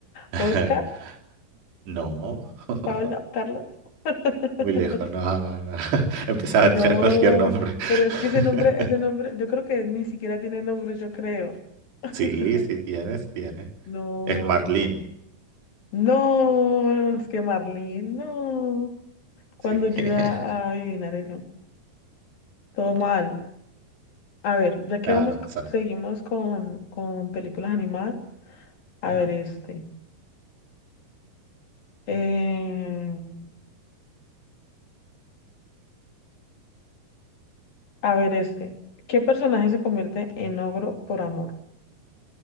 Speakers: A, on the right; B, on the left.
A: <laughs>
B: Oscar,
A: No, <laughs>
B: Pablo, Carlos. <laughs>
A: muy lejos, no, no, no. <laughs> Empezaba
B: No,
A: a tirar cualquier nombre. <laughs>
B: pero es que ese nombre, ese nombre, yo creo que ni siquiera tiene nombre, yo creo. <laughs>
A: Sí, sí tiene, sí tiene.
B: No,
A: Es Marlene,
B: no, es que Marlene, no. Cuando
A: sí.
B: yo
A: <laughs>
B: iba a adivinar eso, todo mal. A ver, ya que
A: No,
B: vamos,
A: no pasa
B: co-
A: nada.
B: seguimos con, con películas animadas. A
A: Ujú.
B: ver, este. Eh, A ver este. ¿Qué personaje se convierte en ogro por amor?